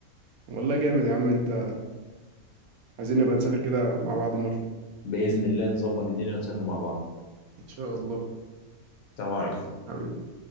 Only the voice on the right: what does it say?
والله جامد يا عم انت عايزين نبقى نسافر كده مع بعض مره
ان شاء الله
حبيبي